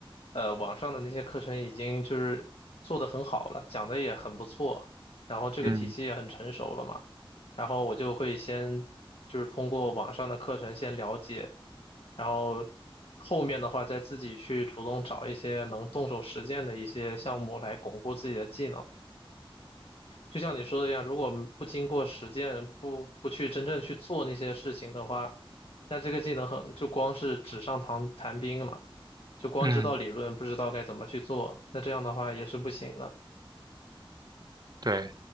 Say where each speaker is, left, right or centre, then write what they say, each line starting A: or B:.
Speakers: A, on the left; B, on the right.
A: 呃网上的那些课程已经就是做得很好了，讲的也很不错，然后这个体系也很成熟了嘛。
B: 嗯。
A: 然后我就会先就是通过网上的课程先了解，然后后面的话再自己去主动找一些能动手实践的一些项目来巩固自己的技能。就像你说的一样，如果不经过实践，不不去真正去做那些事情的话，那这个技能很就光是纸上谈谈兵嘛，就光知道理论，
B: 嗯。
A: 不知道该怎么去做，那这样的话也是不行的。
B: 对，